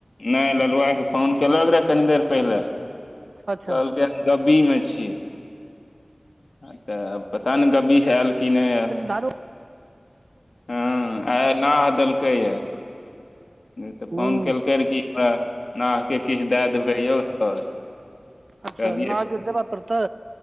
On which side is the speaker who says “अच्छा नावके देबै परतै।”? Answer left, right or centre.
Right